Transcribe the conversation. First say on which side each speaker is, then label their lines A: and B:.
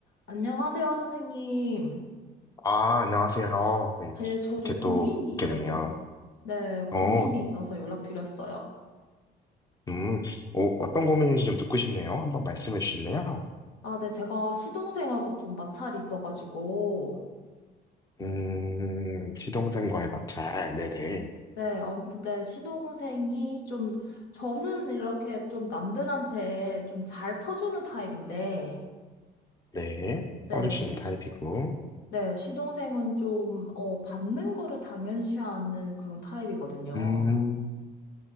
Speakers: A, on the left; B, on the left.
A: 안녕하세요, 선생님.
B: 아, 안녕하세요. 네,
A: 제, 저도
B: 이렇게
A: 고민이
B: 또
A: 있어서,
B: 뵙게 되네요.
A: 네, 고민이
B: 어,
A: 있어서 연락드렸어요.
B: 음, 어, 어떤 고민인지 좀 듣고 싶네요. 한번 말씀해 주실래요?
A: 아, 네, 제가 시동생하고 좀 마찰이 있어가지고,
B: 음, 시동생과의 마찰, 네네.
A: 네, 어 근데 시동생이 좀, 저는 이렇게 좀 남들한테 좀 잘 퍼주는 타입인데,
B: 네,
A: 네,
B: 써주시는
A: 시,
B: 타입이고.
A: 네, 시동생은 좀, 어, 받는 거를 당연시하는 그런 타입이거든요.
B: 음,